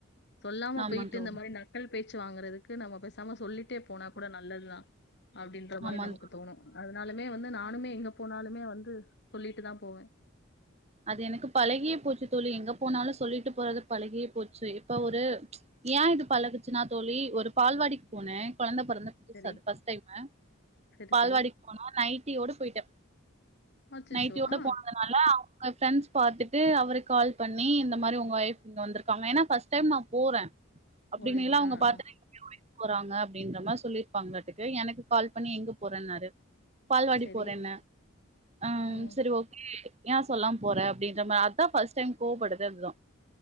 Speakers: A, on the left; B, on the right.
A: சொலாம
B: ஆமா
A: போயி திந்த
B: தோழி
A: மாரி நக்கல் பேச் ச்சு வாங்கறதுகு நம பெஸ் நம சொல்லிடே போனா கூடா ல்லதா அப்டின்ற மாரி
B: ஆமா
A: நமகு
B: தோழி
A: தோணு அதனாலதே வந்து நானுமே எங்க போனாலுமே வந்து சொல்லிடுதா போவே
B: அது எனகு பழகியே போச்சு தோழி எங்க போனாலு சொல்லிடு போறது பழகியே போச்சு இப்ப ஒரு ஏ இது பழகுசுனா தோழி ஒரு பால்வாடிக் போனே கொழந்த <unintelligible>
A: சரி,
B: ஃபஸ்ட் டைம்மு
A: சரி,
B: பால்வாடிக்
A: சரி.
B: போன நைடியோட போயிடே
A: அச்சச்சோ!
B: நைடியோட
A: ஆ
B: போனதுனால அவ <unintelligible> ஃப்ரெண்ட்ஸ் பாத்துட்டு அவருக் கால் பண்ணி இந்த மாரி உங்க ஒய்ஃப் இங்க வந்ருகாங்க ஏனா ஃபஸ்ட் டைம் நா போறே அப்டினிலா
A: போறீங்க.
B: அவுங்க
A: ஆ,
B: பாத்
A: ஆ.
B: <unintelligible> போறாங்க அப்டின்ற மாரி சொல்லிர்பாங்களாட்டுருக்கு எனக்கு கால் பண்ணி எங்க போறனாரு பால்வாடி
A: சரி.
B: போறேன ஆஹம்
A: ம்.
B: செரி ஓகே யாஸ் சொலாம் போற அப்டின்ற மாரி அதா ஃபஸ்ட் டைம் கோவபட்தே அதா